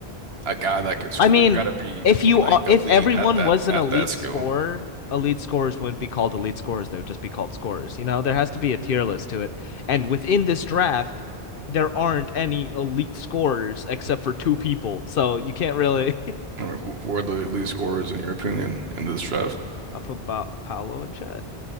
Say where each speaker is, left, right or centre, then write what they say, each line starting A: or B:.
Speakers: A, on the right; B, on the left.
A: a guy that could score.
B: I mean,
A: You got to be
B: if you
A: like
B: are,
A: elite
B: if everyone
A: at that
B: was an
A: at
B: elite
A: that skill.
B: scorer, elite scorers wouldn't be called elite scorers. They would just be called scorers. You know, there has to be a tier list to it. And within this draft, there aren't any elite scorers except for two people. So you can't really.
A: I mean, who, who are the elite scorers in your opinion in this draft?
B: <laughs> I'll put ba- Paolo in chat.